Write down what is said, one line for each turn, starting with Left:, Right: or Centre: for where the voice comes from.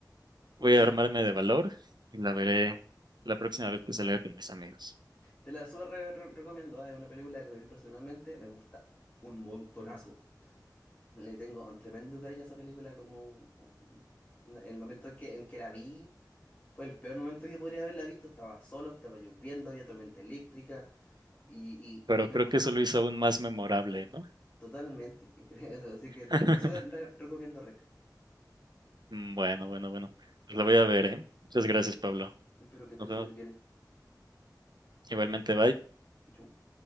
Left: Uy,
Right: Voy
Left: sí,
Right: a armarme de valor y la veré la próxima vez que salga con mis amigos.
Left: te la súper re- re- recomiendo. ah, Es una película que a mí personalmente me gusta un montonazo. Le tengo un tremendo cariño a esa película, como el momento en que, en que la vi fue el peor momento que podría haberla visto. Estaba solo, estaba lloviendo, había tormenta eléctrica y,
Right: Pero
Left: y, y me
Right: creo
Left: gustó
Right: que eso lo hizo aún más memorable, ¿no?
Left: totalmente. <laughs> Así que te
Right: <laughs>
Left: la súper re- recomiendo, Rec.
Right: Mm, Bueno, bueno, bueno. Pues la voy a ver, ¿eh? Muchas gracias, Pablo.
Left: Espero que estés
Right: Nos vemos.
Left: súper bien.
Right: Igualmente, bye.
Left: Chau, chau.